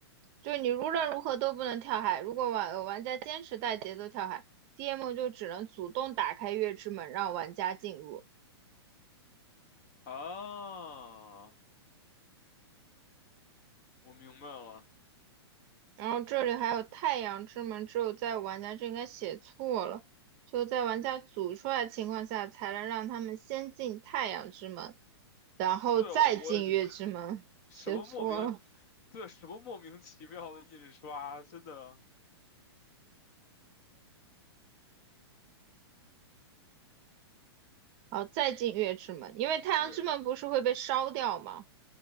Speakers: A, on the right; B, on the left.
A: 就是你无论如何都不能跳海。如果玩呃玩家坚持带节奏跳海，DM 就只能主动打开月之门让玩家进入。
B: 啊，我明白了。
A: 然后这里还有太阳之门，只有在玩家这应该写错了，就在玩家组出来的情况下，才能让他们先进太阳之门，然后再进月之门。
B: 对，我也觉得 <laughs> 什么莫名，
A: 写错了，
B: 对，什么莫名其妙的印刷，真的，
A: 好，再进月之门，因为太阳之门不是会被烧掉吗？
B: 对，